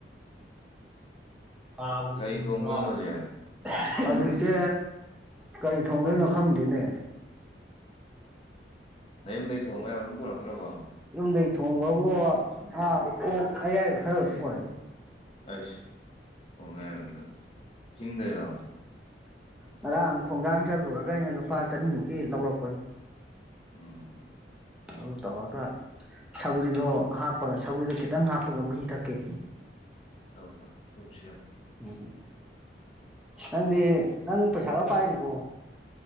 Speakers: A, in the centre; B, on the left (about 30°).
A: ꯄꯥꯕ
B: ꯀꯔꯤ
A: ꯆꯤꯡꯕ꯭ꯔꯣ
B: ꯊꯣꯡꯗꯣꯏꯅꯣ
A: <inaudible>
B: ꯍꯧꯖꯤꯛ
A: ꯍꯧꯖꯤꯛꯁꯦ ꯀꯔꯤ ꯊꯣꯡꯗꯣꯏꯅꯣ ꯈꯪꯗꯦꯅꯦ
B: ꯅꯌꯨꯝꯗꯩ ꯊꯣꯡꯕ ꯌꯥꯕ ꯑꯝ ꯄꯨꯔꯛꯇ꯭ꯔꯕꯣ
A: ꯌꯨꯝꯗꯩ ꯊꯣꯡꯕꯕꫭ ꯑ ꯑꯣꯛ ꯑꯌꯥꯏꯕ ꯈꯔꯕꯨꯗꯤ ꯄꫭꯔꯛꯑꯦ
B: ꯑꯩꯁ ꯑꫭꯛ ꯑꯌꯥꯏꯕꯗꯣ ꯆꯤꯡꯗꯩꯔꯣ
A: ꯉꯔꯥꯡ ꯈꯣꯡꯖꯥꯡ ꯆꯠꯂꯨꯔꯒ ꯑꯩꯅ ꯂꯨꯄꯥ ꯆꯅꯤꯃꯨꯛꯀꯤ ꯂꯧꯔꯛꯄꯅꯤ
B: ꯎꯝ
A: ꯑꯗꯨ ꯇꯧꯔꯒ ꯁꯧꯒ꯭ꯔꯤꯗꯣ ꯍꯥꯞꯄꯒ ꯁꯧꯒ꯭ꯔꯤꯗ ꯈꯤꯇꯪ ꯍꯥꯞꯄꯒ ꯃꯍꯤ ꯊꯛꯀꯦ
B: ꯇꯧ ꯇꯧ ꯆꯨꯞ ꯁꯦꯝꯃꯣ
A: ꯎꯝ ꯅꯪꯗꯤ ꯅꯪ ꯄꯩꯁꯥꯒ ꯄꯥꯏꯔꯤꯕꯣ